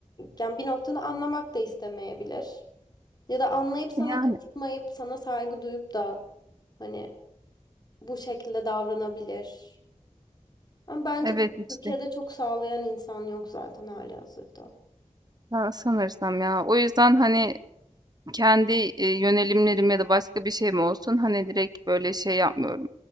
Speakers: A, on the left (about 30°); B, on the right (about 30°).
A: yani bir noktada anlamak da istemeyebilir. Ya da anlayıp sana
B: Yani
A: katılmayıp sana saygı duyup da hani bu şekilde davranabilir. Ama bence
B: evet
A: bunu
B: işte.
A: Türkiye'de çok sağlayan insan yok zaten halihazırda.
B: Ben sanırsam ya. O yüzden hani Kendi, eee, yönelimlerim ya da başka bir şey mi olsun, hani, direkt, böyle, şey yapmıyorum.